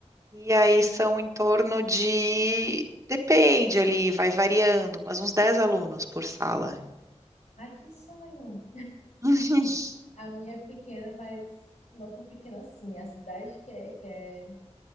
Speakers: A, on the right; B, on the left.
A: e aí são em torno de, depende ali, vai variando, mas uns dez alunos por sala.
B: Ai, que sonho.
A: <laughs>
B: A minha é pequena, mas não tão pequena assim. A cidade que é, que é,